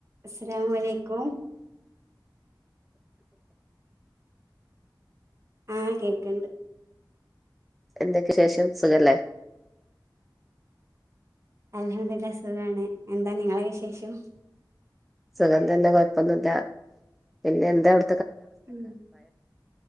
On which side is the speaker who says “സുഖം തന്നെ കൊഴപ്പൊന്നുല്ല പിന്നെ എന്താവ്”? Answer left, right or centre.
Centre